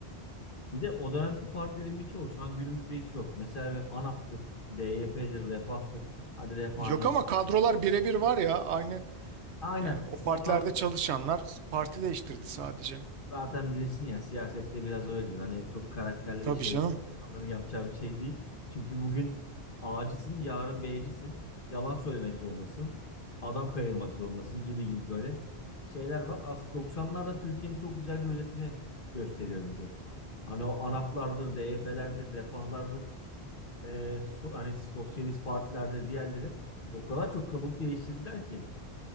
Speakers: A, on the left; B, on the right.
A: Bir de o dönemki partilerin birçoğu şu an günümüzde hiç yok. Mesela bir ANAP'tır, DYP'dir, Refah'tır. Hadi Refah
B: Yok
A: hani
B: ama kadrolar birebir var ya aynı
A: aynen
B: yani o
A: simalar
B: partilerde çalışanlar parti değiştirdi sadece.
A: zaten bilirsin ya siyasette biraz öyledir. Hani çok karakterli
B: Tabii
A: ve şerefli
B: canım.
A: insanların yapacağı bir şey değil. Çünkü bugün A'cısın, yarın B'cisin. Yalan söylemek zorundasın. Adam kayırmak zorundasın gibi gibi böyle şeyler var. Aslında 90'larda Türkiye'nin çok güzel bir özetini gösteriyor bize. Hani o ANAP'lardır, DYP'lerdir, Refah'lardır. e, so- hani sosyalist partilerde diğerleri o kadar çok kabuk değiştirdiler ki